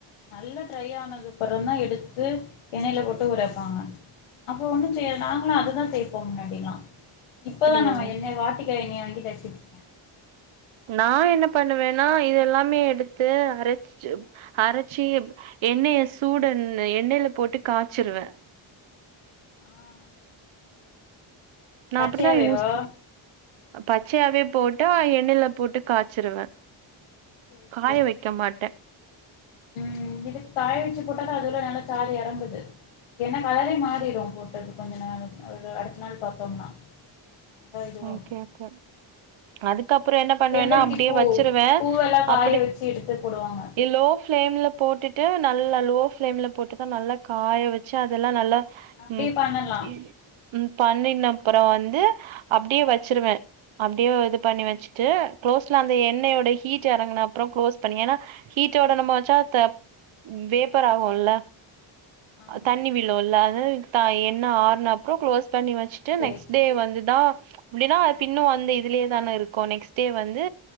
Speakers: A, on the left (about 85°); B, on the right (about 70°).
A: நல்லா ட்ரை ஆனது அப்புறோ தா எடுத்து எண்ணெயில போட்டு ஊற வப்பாங்க அப்புறோ ஒண்ணு செய்யாது நாங்களு அதுதா தோய்ப்போ முன்னாடிலா இப்பதா
B: அப்படியா
A: நம்ம எண்ணெய் வாட்டி <unintelligible>
B: நா என்ன பண்ணுவேன்னா
A: இருக்கும்போது
B: இத எல்லாமே எடுத்து அரைச்சி அரைச்சி எப் எண்ணெய சூடுனு எண்ணெயில போட்டு காய்ச்சிருவே
A: ஆ
B: நா
A: பச்சையாவேவா
B: அப்பிடிதா யூஸ் பச்சையாவே போட்டு ஆ எண்ணெயில போட்டு காய்ச்சிருவே
A: சேரி
B: காய
A: சேரி
B: வைக்கமாட்டே
A: ம் இது காய வச்சி போட்டாதா அதுல நல்லா சாறு இறங்குது ஏன்னா கலரே மாறிடு போட்டது கொஞ்ச நாள் ஒரு அடுத்த நாள் பாத்தோம்னா அதா இதுவாகு
B: ம் கேக்கே அதுக் கப்புறோ என்ன பண்ணேன்னா
A: செம்பருத்தி
B: அப்பிடியே
A: பூ
B: வச்சிருவே
A: பூவெல்லா காய
B: அப்பிடியே
A: வச்சு எடுத்து போடுவாங்க
B: ஏ லோ பிளேம்ல போட்டுட் ட்டு நல்லா லோ ஃப்ளேமில போட்டுதா நல்லா காய வச்சி அதெல்லா நல்லா
A: அப்பிடியே
B: ம்
A: பண்ணலா
B: இ- ம் பண்ணின் அப்புறோ வந்து அப்பிடியே வச்சிருவே அப்பிடியே இது பண்ணி வச்சிட்டு க்ளோஸ்ல அந்த எண்ணெயோட ஹீட் இறங்கின அப்புறோ க்ளோஸ் பண்ணி ஏன்னா ஹீட்டோட நம்ம வச்சா த வேப்பர் ஆகுல்ல
A: ஆமா
B: தண்ணி விழு இல்ல அது தா எண்ணெய
A: ஆ
B: ஆறன அப்புறோ க்ளோஸ் பண்ணி வச்சிட்டு
A: சேரி
B: நெக்ஸ்ட்
A: சேரி
B: டே வந்துதா ப்பிடின்னா தின்னு வந்து இதுலியே தான இருக்கு நெக்ஸ் டே வந்து